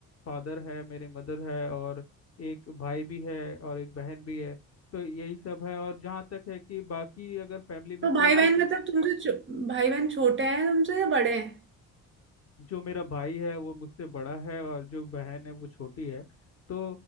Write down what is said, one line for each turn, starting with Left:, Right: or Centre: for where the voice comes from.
Left: फादर है मेरे मदर है और एक भाई भी है और एक बहन भी है तो यही सब है और जहाँ तक है कि बाकी अगर फैमिली मेम्बर्स
Right: तो भाई बहन
Left: हो तो
Right: मतलब तुमसे छो- भाई बहन छोटे हैं तुमसे या बड़े हैं
Left: जो मेरा भाई है वो मुझसे बड़ा है और जो बहन है वो छोटी है तो